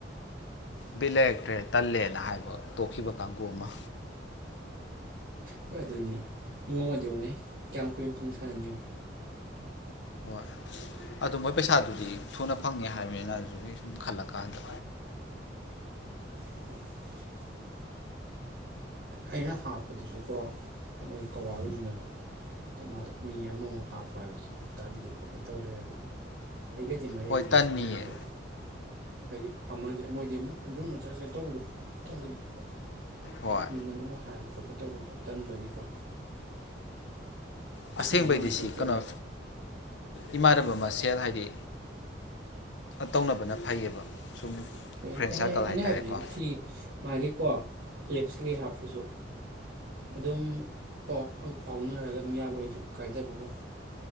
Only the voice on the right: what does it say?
ꯍꯣꯏ ꯑꯗꯨꯅꯤ ꯅꯣꯡꯃꯗꯤꯧꯅꯦ ꯀꯌꯥꯝ ꯀꯨꯏ ꯑꯗꯨꯅ ꯁꯅꯅꯤꯌ
<inaudible> ꯑꯩꯅ ꯍꯥꯞꯄꯗꯨꯁꯨꯀꯣ ꯑꯩꯈꯣꯏꯅ ꯀꯋꯥꯗꯁꯨꯅꯦꯕ ꯑꯗꯣ ꯃꯥꯗꯣ ꯃꯤ ꯑꯃꯃꯨꯛ ꯍꯥꯞꯄꯨ ꯍꯥꯏꯕꯗꯤ ꯇꯥꯜꯂꯤ ꯈꯣꯠꯂꯤ ꯇꯧ ꯂꯩꯔꯦ ꯑꯗꯨꯅ ꯑꯩꯒꯗꯤ ꯃꯔꯛꯇꯗꯤ
ꯁꯥꯟꯅ ꯌꯥꯅꯤ ꯑꯗꯣ ꯍꯥꯏꯗꯤ ꯑꯃꯗꯤ ꯃꯣꯏꯗꯤ ꯑꯃꯨꯛ ꯑꯨꯝꯕ ꯆꯠꯁꯤꯒ ꯇꯧꯕꯗꯣ ꯇꯜꯂꯤꯅ ꯍꯥꯏꯗꯤ
ꯃꯤꯉꯣꯟꯗ ꯑꯃꯨꯛ ꯍꯥꯏꯕ ꯈꯣꯠꯄ ꯇꯧꯕꯗꯁꯨ ꯇꯟꯕꯒꯤꯀꯣ
ꯑꯉꯥꯡꯃꯨꯛꯁꯨ
ꯅꯠꯇ꯭ꯔꯕꯅꯤ
ꯍꯣꯏ
ꯑꯦ
ꯑꯩꯅ
ꯍꯥꯏꯕꯗꯤ ꯁꯤ ꯃꯥꯒꯤꯀꯣ ꯂꯤꯞꯁꯀꯤ ꯍꯥꯞꯄꯁꯨ ꯑꯗꯨꯝ ꯄ ꯐꯥꯎꯅꯔꯒ ꯑꯗꯨꯝ ꯌꯥꯕ ꯑꯣꯏ ꯀꯥꯏꯗꯕꯀꯣ